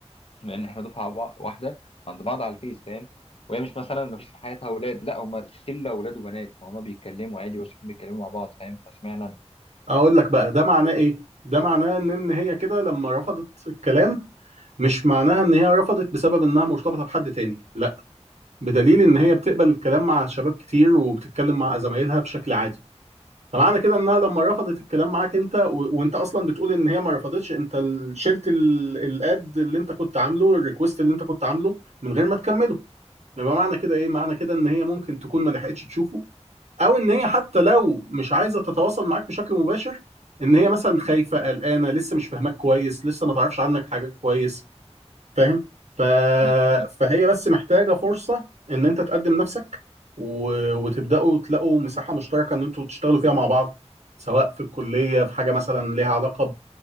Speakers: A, on the left; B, on the right.
A: لان احنا دفعه بع- واحده عند بعض على الفيس فاهم وهي مش مثلا ما فيش في حياتها اولاد لا هم شله اولاد وبنات فهم بيتكلموا عادي واصحاب بيتكلموا مع بعض فاهم فاشمعنى انا
B: اقول لك بقى ده معناه ايه ده معناه ان إن هي كده لما رفضت الكلام مش معناها ان هي رفضت بسبب انها مرتبطه بحد تاني لا بدليل ان هي بتقبل الكلام مع شباب كتير وبتتكلم مع زمايلها بشكل عادي فمعنى كده انها لما رفضت الكلام معاك انت و... وانت اصلا بتقول ان هي ما رفضتش انت ال- شلت ال... الاد اللي انت كنت عامله الريكوست اللي انت كنت عامله من غير ما تكمله يبقى معنى كده ايه معنى كده ان هي ممكن تكون ما لحقتش تشوفه او ان هي حتى لو مش عايزه تتواصل معاك بشكل مباشر ان هي مثلا خايفه قلقانه لسه مش فاهماك كويس لسه ما تعرفش عنك حاجه كويس فاهم ف...
A: يعني-
B: فهي بس محتاجة فرصة ان انت تقدم نفسك و... وتبدأوا تلاقوا مساحة مشتركة ان انتوا تشتغلوا فيها مع بعض سواء في الكلية في حاجة مثلا ليها علاقة